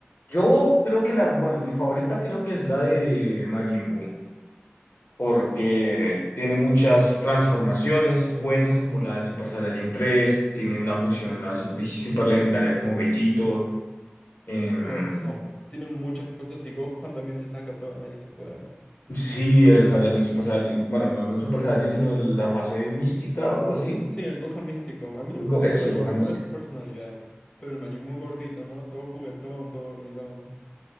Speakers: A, on the left; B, on the left.
A: yo creo que la, bueno, mi favorita creo que es la de Majin Buu. porque tiene muchas transformaciones buenas, como la de Super Saiyajin 3 tiene una fusión así <laughs> super legendaria como Bellito. em,
B: Oh, sí. Tienen muchas cosas y Gohan también se saca todo ahí su poder.
A: sí, el Saiyajin Super Saiyajin, bueno, no, no Super Saiyajin, sino la fase mística o algo así.
B: Sí, el Gohan místico. A mí lo
A: Go-
B: que me gusta
A: Eso,
B: de Majin
A: ajá,
B: Buu
A: místico.
B: igual es su personalidad. Pero el Majin Buu gordito, ¿no? Todo juguetón, todo dormilón.